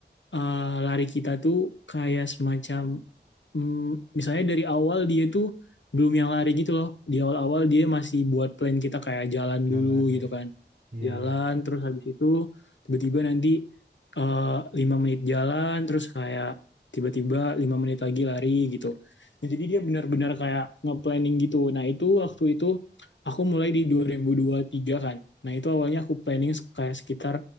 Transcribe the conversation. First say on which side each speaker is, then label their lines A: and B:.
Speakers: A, on the left (about 80°); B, on the right (about 45°).
A: eh, lari kita tuh kayak semacam mm, misalnya dari awal dia tuh belum yang lari gitu loh di awal-awal dia masih buat plan kita kayak jalan
B: Jalan
A: dulu gitu
B: ya.
A: kan
B: Iya
A: jalan
B: iya.
A: terus habis itu tiba-tiba nanti eh, lima menit jalan terus kayak tiba-tiba lima menit lagi lari gitu Nah, jadi dia benar-benar kayak nge-planning gitu nah itu waktu itu aku mulai di dua ribu dua ribu tiga kan Nah, itu awalnya aku planning kayak sekitar